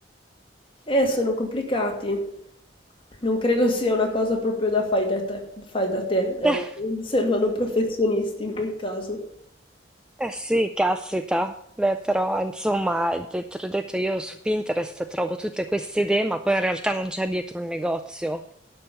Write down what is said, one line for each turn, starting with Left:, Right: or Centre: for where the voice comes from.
Left: Eh, sono complicati. Non credo sia una cosa proprio da fai da te, fai da te, ecco.
Centre: <laughs>
Left: Servono professionisti in quel caso.
Centre: Eh sì, caspita. Beh, però, insomma, te te l'ho detto, io su Pinterest trovo tutte queste idee, ma poi in realtà non c'è dietro un negozio.